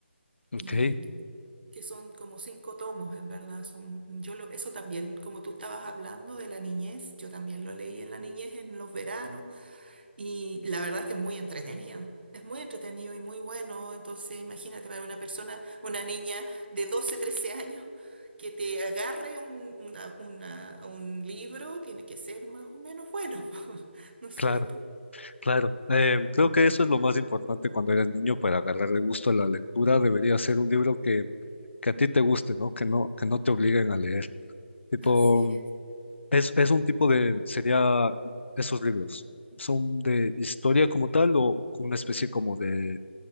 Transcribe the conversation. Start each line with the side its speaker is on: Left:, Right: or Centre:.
Left: Ok,
Right: Y que son como cinco tomos, en verdad. Son, yo lo, eso también, como tú estabas hablando de la niñez, yo también lo leí en la niñez, en los veranos, y la verdad es que es muy entretenido. Es muy entretenido y muy bueno. Entonces, imagínate para una persona, una niña de 12 13 años, que te agarre un, una- una- un libro, tiene que ser más o menos bueno, <laughs> ¿no es
Left: claro,
Right: cierto?
Left: claro. Eh, creo que eso es lo más importante cuando eres niño para agarrarle gusto a la lectura. Debería ser un libro que, que a ti te guste, ¿no? Que no, que no te obliguen a leer. Tipo,
Right: Así
Left: mm,
Right: es.
Left: es, es un tipo de, sería esos libros. ¿Son de historia como tal o una especie como de